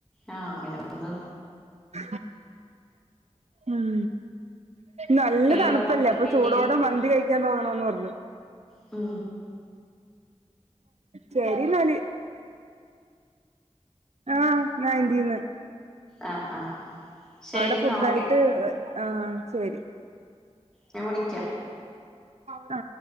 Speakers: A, in the centre; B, on the right (about 70°).
A: ആ പിന്നെപ്പന്താ
B: <unintelligible> ഉം നല്ല
A: ഏതാ
B: തണുപ്പല്ലേ
A: നയന്റി
B: അപ്പൊ ചൂടോടെ മന്തി കഴിക്കാൻ തോന്നണു ന്ന് പറഞ്ഞു
A: ആ
B: ശരി ന്നാല് ആ <unintelligible>
A: ആഹ് ആഹ് ശരിന്നാ
B: അവിടെ പുതുതായിട്ട്
A: ഓക്കെ
B: ആ ശരി
A: ഞാൻ വിളിക്കാ
B: ആ